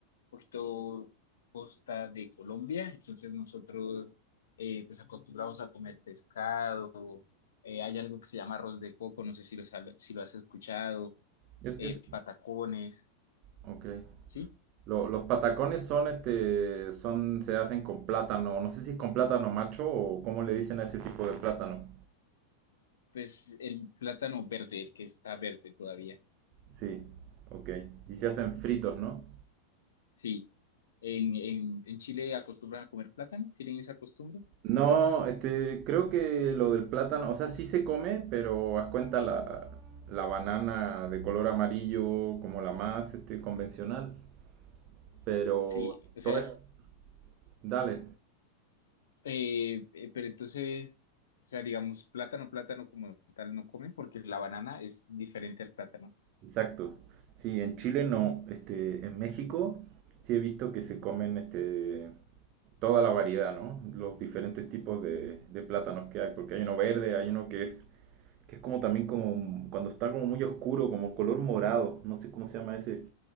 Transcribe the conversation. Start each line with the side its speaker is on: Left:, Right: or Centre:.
Left: poquito costa de Colombia, entonces nosotros eh, pues acostumbramos a comer pescado, eh, hay algo que se llama arroz de coco, no sé si lo, sal- si lo has escuchado,
Right: Es,
Left: eh,
Right: es,
Left: patacones,
Right: ok.
Left: ¿sí?
Right: Lo- los patacones son, este, son, se hacen con plátano, no sé si es con plátano macho o cómo le dicen a ese tipo de plátano.
Left: Pues el plátano verde, el que está verde todavía,
Right: Sí, ok. Y se hacen fritos, ¿no?
Left: sí. En, en, en Chile acostumbran a comer plátano, ¿tienen esa costumbre?
Right: No, este, creo que lo del plátano, o sea, sí se come, pero haz cuenta la, la banana de color amarillo, como la más, este, convencional. Pero
Left: Sí, o
Right: todo
Left: sea,
Right: es- dale,
Left: Eh, eh, pero entonces, o sea, digamos, plátano, plátano como tal no comen porque la banana es diferente al plátano.
Right: exacto. Sí, en Chile no, este, en México sí he visto que se comen, este, toda la variedad, ¿no? Los diferentes tipos de, de plátanos que hay, porque hay uno verde, hay uno que es, que es como también como, cuando está como muy oscuro, como color morado, no sé cómo se llama ese.